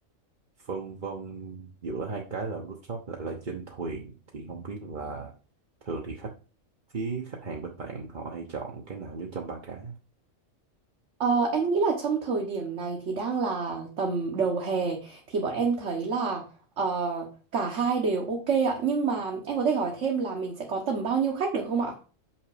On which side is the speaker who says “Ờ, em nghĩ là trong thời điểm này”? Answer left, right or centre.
Right